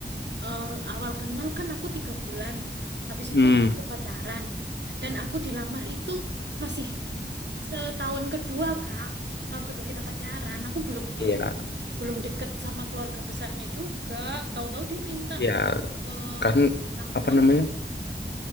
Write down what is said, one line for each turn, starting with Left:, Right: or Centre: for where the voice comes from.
Right: eh, awal kenal kan aku tiga bulan. Habis
Left: Hmm,
Right: itu aku pacaran. Dan aku dilamar itu masih setahun kedua, Kak. Tahun kedua kita pacaran. Aku belum belum
Left: iya,
Right: belum deket sama keluarga besarnya juga. Tahu-tahu dia minta
Left: iya
Right: ke
Left: kan
Right: orang
Left: apa
Right: tua.
Left: namanya?